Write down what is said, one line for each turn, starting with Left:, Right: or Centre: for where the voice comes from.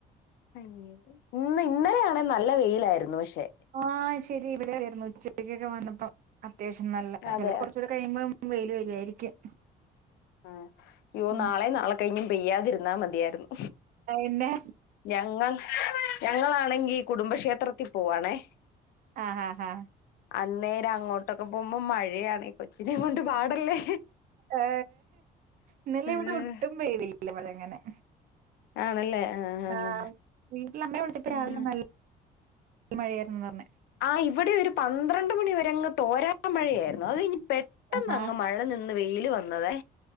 Left: ഇന്ന് ഇന്നലെയാണേൽ നല്ല വെയിലായിരുന്നു പക്ഷെ
Right: ആഹ് ശരി ഇവിടെ ആയിരുന്നു ഉച്ചക്കൊക്കെ വന്നപ്പോ അത്യാവശ്യം നല്ല
Left: അതെ
Right: ചിലപ്പോ
Left: ആഹ്
Right: കുറച്ചുകൂടി കഴിയുമ്പോ വെയില് വരുവായിരിക്കും
Left: ആ യ്യോ
Right: ഉം
Left: നാളേം നാളെ കഴിഞ്ഞും പെയ്യാതിരുന്നാ മതിയായിരുന്നു
Right: ആ എന്നാ?
Left: ഞങ്ങൾ ഞങ്ങളാണെങ്കി കുടുംബക്ഷേത്രത്തിൽ പോവാണേ
Right: ആഹ് ആഹ് ആഹ്
Left: അന്നേരം അങ്ങോട്ടൊക്കെ പോകുമ്പോ മഴയാണേ കൊച്ചിനേം കൊണ്ട് പാടല്ലേ
Right: ഏ ന്നലെ
Left: ഉം
Right: ഇവിടെ ഒട്ടും പേയ്തില്ല മഴങ്ങനെ
Left: ആണല്ലേ ആഹ് ആഹ്
Right: ആ വീട്ടില് അമ്മെ വിളിച്ചപ്പോ
Left: ആഹ്
Right: രാവിലെ നല്ല മഴയായിരുന്നുന്നാ പറഞ്ഞെ
Left: ആ ഇവിടെ ഒരു പന്ത്രണ്ട് മണി വരെ അങ്ങ് തോരാത്ത മഴയായിരുന്നു അത് കഴിഞ്ഞ് പെട്ടെന്നങ്ങ്
Right: ആഹാ
Left: മഴ നിന്ന് വെയില് വന്നതേ